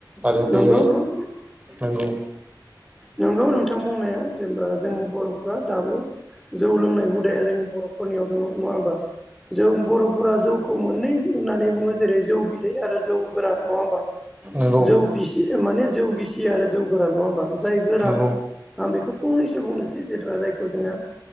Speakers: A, on the right (about 20°); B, in the centre.
A: आरो
B: नंगौ
A: बे
B: औ
A: नंगौ।
B: नोंगौ नोंथां बुंनाया जेनेबा जों बर'फ्रा दाबो जौ लोंनाय हुदाया जोंनि बर'फोरनियाव दङ नङा होनोमबा जों बर'फोरा जौखौ मोननै होननानै बुङो जेरै जौ बिदै आरो जौ गोरान नङा होमबा
A: नोंगौ‌।
B: जौ गिसि माने जौ गिसि आरो जौ गोरान नङा होमबा जाय गोरान
A: नंगौ
B: आं बेखौ फंनैसो बुंनोसै जेनेबा जायखौ जोङो